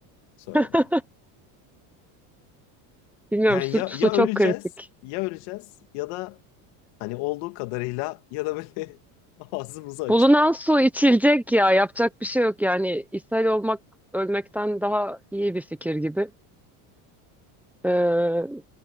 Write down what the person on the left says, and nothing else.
söyle
bana.
Yani
ya
ya öleceğiz,
ya öleceğiz ya da hani olduğu kadarıyla ya da böyle <laughs> ağzımızı açıp